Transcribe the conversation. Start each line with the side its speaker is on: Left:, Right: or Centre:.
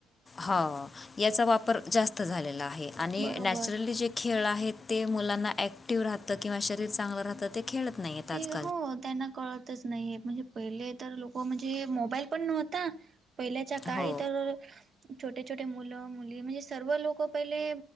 Left: हो यांचा वापरं जास्तं झालेला आहे आणि
Right: बरोबर
Left: नॅचरली जे खेळं आहेत ते मुलांना ऍक्टिव्ह राहतं किंवा शरीर चांगलं राहतं ते खेळतं नाहीयेत आंजकांल
Right: ते हो त्यांना कळतंच नाहींय म्हणजे पहिले तरं लोकं म्हणजे मोबाईल पणं नव्हतां. पहिल्यांच्या कांळी
Left: हो
Right: तरं छोटे छोटे मुलं मुली म्हणजे सर्व लोकं पहिले,